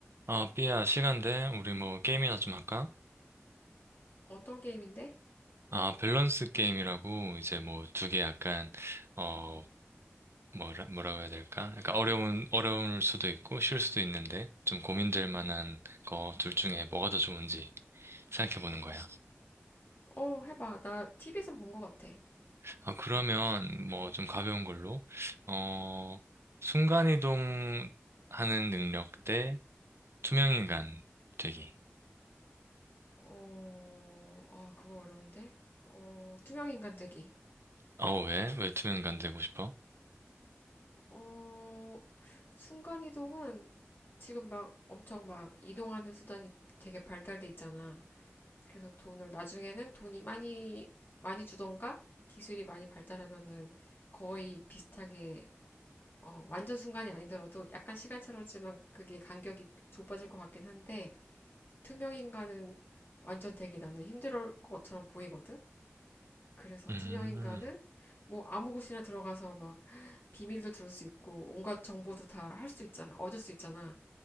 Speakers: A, on the right; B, on the left.
A: 아, 삐야, 시간 돼? 우리 뭐 게임이나 좀 할까?
B: 어떤 게임인데?
A: 아, 밸런스 게임이라고 이제 뭐 두 개 약간 어 뭐라 뭐라고 해야 될까? 약간 어려운 어려울 수도 있고 쉬울 수도 있는데 좀 고민될 만한 거 둘 중에 뭐가 더 좋은지 생각해 보는 거야.
B: 어, 해봐. 나 TV에서 본 것 같아.
A: 아, 그러면 뭐 좀 가벼운 걸로 어 순간이동 하는 능력 대 투명인간 되기.
B: 어, 아, 그거 어려운데? 어, 투명인간되기.
A: 어, 왜? 왜 투명인간 되고 싶어?
B: 어, 순간이동은 지금 막 엄청 막 이동하는 수단이 되게 발달돼 있잖아. 그래서 돈을 나중에는 돈이 많이, 많이 주던가 기술이 많이 발달하면은 거의 비슷하게 어, 완전 순간이 아니더라도 약간 시간차로지만 그게 간격이 좁아질 것 같긴 한데 투명인간은 완전 되기 나는 힘들 것처럼 보이거든? 그래서
A: 음.
B: 투명인간은 뭐 아무 곳이나 들어가서 막 비밀도 들을 수 있고 온갖 정보도 다 할 수 있잖아. 얻을 수 있잖아.